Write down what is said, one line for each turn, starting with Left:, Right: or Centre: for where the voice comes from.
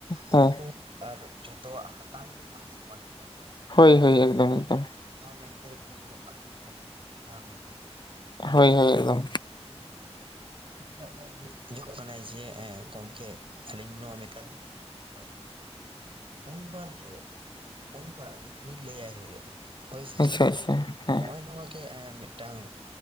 Left: ᱦᱮᱸ
Right: ᱩᱱᱠᱩ ᱦᱚᱸ ᱟᱨ ᱡᱷᱚᱛᱚᱣᱟᱜ ᱦᱟᱛ ᱛᱟᱝ ᱫᱚ ᱵᱟᱝ ᱥᱚᱢᱟᱱ ᱜᱮᱛᱟ ᱠᱚᱣᱟ ᱡᱮ
Left: ᱦᱳᱭ ᱦᱳᱭ
Right: <unintelligible>
Left: ᱮᱠᱫᱚᱢ
Right: ᱢᱤᱫ
Left: ᱮᱠᱫᱚᱢ
Right: ᱫᱷᱟᱣ ᱢᱮᱱᱛᱮᱭ ᱵᱩᱡᱽ ᱜᱚᱜ ᱠᱟᱜ ᱢᱮᱱᱛᱮ ᱦᱟᱱᱤ ᱦᱚᱸ ᱢᱤᱫ ᱫᱷᱟᱣ ᱢᱮᱱᱛᱮ ᱜᱩᱡ <unintelligible>
Left: ᱦᱳᱭ ᱦᱳᱭ ᱮᱠᱫᱚᱢ
Right: <unintelligible> ᱡᱩᱜ ᱠᱟᱱᱟᱭ ᱡᱮ ᱮ ᱜᱚᱝᱠᱮ ᱟᱹᱞᱤᱧ ᱱᱚᱣᱟ ᱢᱮᱛᱟ ᱞᱤᱧ <unintelligible> ᱩᱱ ᱵᱟᱨᱜᱮ ᱩᱱ ᱵᱟᱨᱜᱮ ᱩᱱᱤ ᱞᱟᱹᱭᱟᱭ ᱦᱩᱭᱩᱜᱼᱟ, ᱦᱳᱭ ᱥᱮ ᱪᱮᱫ
Left: ᱟᱪᱪᱷᱟ ᱟᱪᱪᱷᱟ ᱦᱮᱸ
Right: ᱱᱚᱜᱼᱚᱭ ᱱᱚᱣᱟᱜᱮ ᱢᱤᱫᱴᱟᱝ